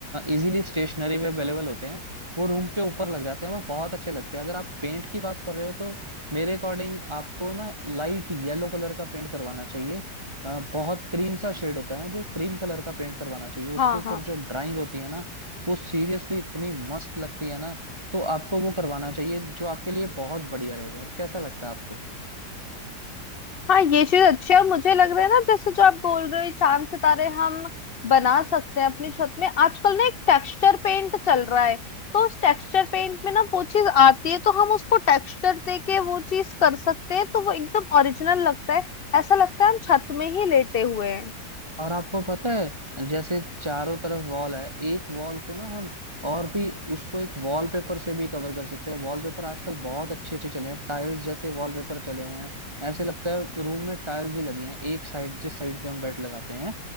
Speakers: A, on the right (about 15°); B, on the left (about 40°).
A: इजीली स्टेशनरी में अवेलेबल होते हैं वो रूम के ऊपर लग जाते हैं वो बहुत अच्छे लगते हैं अगर आप पेंट की बात कर रहे हो तो मेरे अकॉर्डिंग आपको ना लाइट येलो कलर का पेंट करवाना चाहिए अ, बहुत क्रीम सा शेड होता है ना जो क्रीम कलर का पेंट करवाना चाहिए उसके
B: हाँ
A: ऊपर
B: हाँ
A: जो ड्राइंग होती है ना वो सीरियसली इतनी मस्त लगती है ना तो आपको वो करवाना चाहिए जो आपके लिए बहुत बढ़िया रहेगा कैसा लगता है आपको
B: हाँ ये चीज अच्छी है और मुझे लग रहा है ना जैसे जो आप बोल रहे हो ये चांद सितारे हम बना सकते हैं अपनी छत में आजकल ना एक टेक्सचर पेंट चल रहा है तो उस टेक्सचर पेंट में ना वो चीज आती है तो हम उसको टेक्सचर दे के वो चीज कर सकते हैं तो वो एकदम ओरिजिनल लगता है ऐसा लगता है हम छत में ही लेटे हुए हैं
A: और आपको पता है जैसे चारों तरफ वॉल है एक वॉल को ना हम और भी उसको एक वॉलपेपर से भी कवर कर सकते हैं वॉलपेपर आजकल बहुत अच्छे अच्छे चले हैं टाइल्स जैसे वॉलपेपर चले हुए हैं ऐसे लगता है रूम में टाइल्स ही लगी हैं एक साइड जिस साइड पे हम बेड लगाते हैं